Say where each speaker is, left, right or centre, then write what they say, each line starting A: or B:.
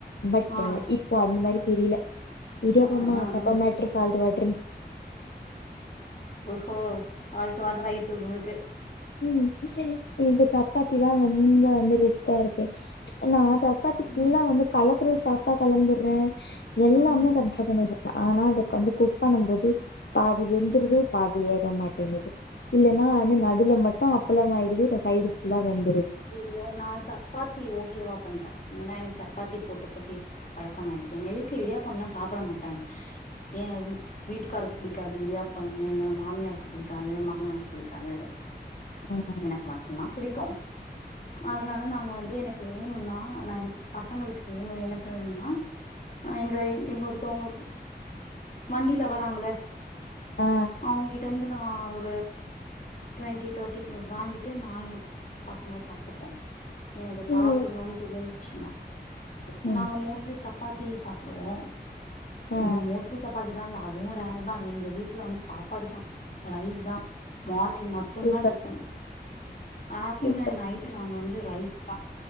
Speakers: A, on the left (about 85°); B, on the left (about 50°).
A: பட்டு
B: ஆ
A: இப்போ அந்த மாரி தெரில இடியாப்பமா
B: ஆ ஆ
A: சப்ப
B: ஆ
A: மேட்ரு சால்ட்டு வாட்ரு
B: ஓஹோ ப தொடர் ஆயட்டு உங்களுக்கு
A: உம் இப்ப சப்பாதி தா கொஞ்ச வந்து ரிஸ்கா இருக்க நா சப்பாத்தி ஃபுலா
B: ம்
A: வந்து கல அது சாப்டா கலந்துரே எல்லாமே
B: ம்
A: கண்ரோல் பண்ணிரு ஆனா அதுக்கு வந்து குக் பண்ணும் போது பாதி வெந்துறுது
B: ம்
A: பாதி வேக போ மாட்டேங்கிது இல்லேனா
B: ம்
A: வந்து நடுல மட் விட்டா அப்பலம் ஆயிடுது இல்ல சைடு ஃபுல்லா வெந்
B: இல்ல நா சப்பாதி ஓகேவா பண்றே ஏன்னா எனக்கு சப்பாத்தி போடு ட்டி பழக்கமாயிடுச்சு எங்க வீட்ல இடியாப்பம் லா சாப்ட மாடாங்க ஏ வீட்டுகாருக்கு புடிக்காது இடியாப்பம் என்னோட மாமியாருக்கு புடிக்காது மாமனாரு புடிக்காது
A: ம்.
B: எனக்கு மட்டுதா புடிக்கு அதனால நாங்க வந்து எனக்கு வேணுனா ந என் பசங்களுக்கு எனக்கு வேணுனா இங்க-இங்க ஒருத்தவுங்க வண்டில வராங்கள
A: ஆ
B: அவுங்கிட்ட இருந்து நா ஓ டுவெண்டி தேர்டிக்கு வாங்கிட்டு நா எ பசங்க சாப்பிட்டே எனக்கு சாப்டணுன்னு
A: இல்ல இல்ல.
B: தோணுது ச்சுனா
A: ம்
B: நாங்க மோஸ்லி சப் சப்பாத்தி சாப்டுவோ
A: ஆ
B: உம் மோஸ்லி சப்பாதிலா இல்ல இவரால தா எங்க வீட்ல வந்து சாப்பாடு தா ரைஸ் தா மார்னிங் மட்டு்தா
A: super
B: tiffin afternoon
A: super
B: and night அங்க வந்து ரைஸ் தா